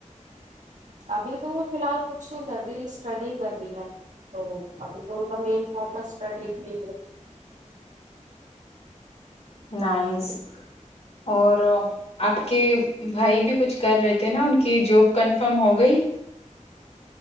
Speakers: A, on the right; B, on the left.
A: ابھی تو فی الحال کچھ نہیں کر رہی اسٹڈی کر رہی ہے تو ابھی تو تم فوکسٹڈی جٹی
B: نس اور آپ کے بھائی بھی کچھ کر رہے تھے نا ان کی جاب کنفرم ہو گئی